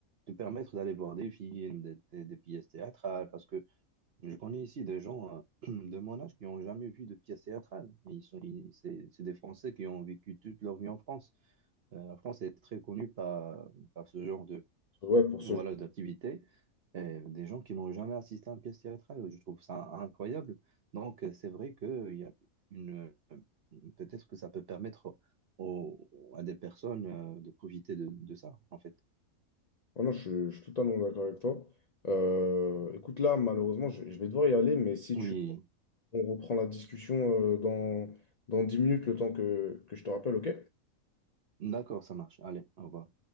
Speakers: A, on the right (about 55°); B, on the left (about 55°).
A: te permettre d'aller voir des films, des, des, des pièces théâtrales, parce que je connais ici des gens euh, <clears throat> de mon âge qui n'ont jamais vu de pièce théâtrale. Ils sont, ils- c'est c'est des Français qui ont vécu toute leur vie en France. Euh, la France est très connue par, par ce genre de,
B: Ouais, pour
A: voilà,
B: ce genre.
A: d'activité. Et Des gens qui n'ont jamais assisté à une pièce théâtrale, je trouve ça incroyable. Donc, euh, c'est vrai qu'il y a une, euh, peut-être que ça peut permettre aux- à des personnes euh, de profiter de, de ça, en fait.
B: Ah non, je, je suis totalement d'accord avec toi. Euh, écoute, là, malheureusement, je, je vais devoir y aller, mais si
A: Oui,
B: tu On reprend la discussion euh, dans, dans 10 minutes, le temps que, que je te rappelle, ok?
A: d'accord, ça marche. Allez, au revoir.